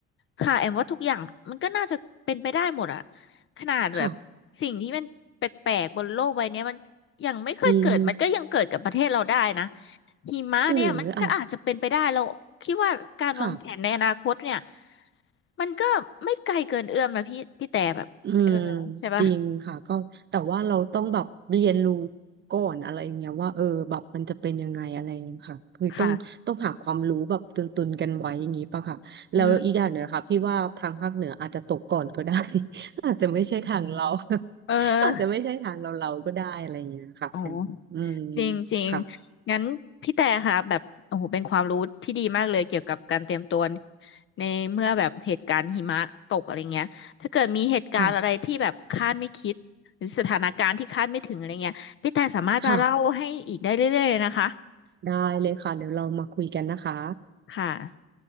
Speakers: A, on the left (about 35°); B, on the right (about 30°).
A: ค่ะแอมว่าทุกอย่างมันก็น่าจะเป็นไปได้หมดอะขนาดแบบ
B: ค่ะ
A: สิ่งที่มันแปลกๆบนโลกใบเนี้ยมันยังไม่เคยเกิดมันก็ยังเกิดกับประเทศเราได้นะ
B: จริง
A: หิมะเนี่ยมันก็อาจจะเป็นไปได้เราคิดว่าการวางแผนในอนาคตเนี่ย
B: หรืออาจค่ะ
A: มันก็ไม่ไกลเกินเอื้อมนะพี่พี่แต่แบบเออใช่ปะ
B: อืมจริงค่ะก็แต่ว่าเราต้องแบบเรียนรู้ก่อนอะไรอย่างเงี้ยว่าเออแบบมันจะเป็นยังไงอะไรอย่างเงี้ยค่ะคือต้องต้องหาความรู้แบบตุนตุนกันไว้อย่างงี้ป่ะค่ะแล้วอีกอย่างหนึ่งค่ะพี่ว่าทางภาคเหนืออาจจะตกก่อนก็ได้
A: ค่ะอืม
B: <laughs> อาจจะไม่ใช่ทางเรา <laughs>
A: เออ
B: อาจจะไม่ใช่ทางเราเราก็ได้อะไรอย่างเงี้ยค่ะ
A: อ๋อ
B: อืม
A: จริงจริง
B: ค่ะ
A: งั้นพี่แต่ค่ะแบบโอ้โหเป็นความรู้ที่ดีมากเลยเกี่ยวกับการเตรียมตัวในเมื่อแบบเหตุการณ์หิมะตกอะไรเงี้ยถ้าเกิดมีเหตุการณ์อะไรที่แบบคาดไม่คิดหรือสถานการณ์ที่คาดไม่ถึงอะไรเงี้ยพี่แต่สามารถมาเล่าให้อีกได้เรื่อยๆเลยนะคะ
B: ค่ะค่ะได้เลยค่ะเดี๋ยวเรามาคุยกันนะคะ
A: ค่ะ